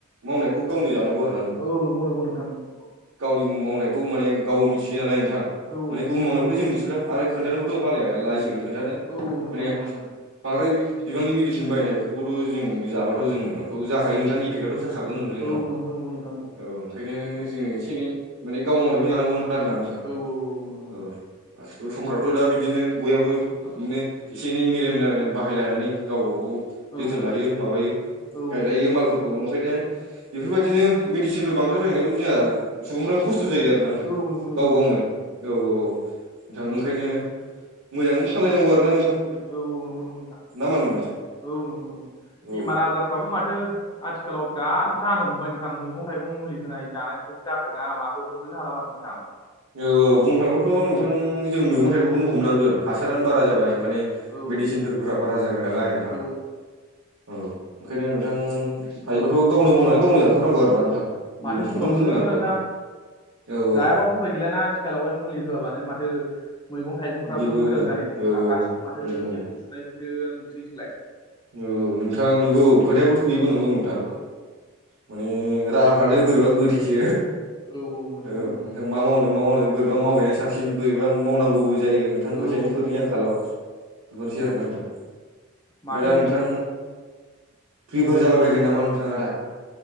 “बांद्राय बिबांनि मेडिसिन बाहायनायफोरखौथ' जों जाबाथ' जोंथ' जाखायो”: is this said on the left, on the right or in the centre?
Right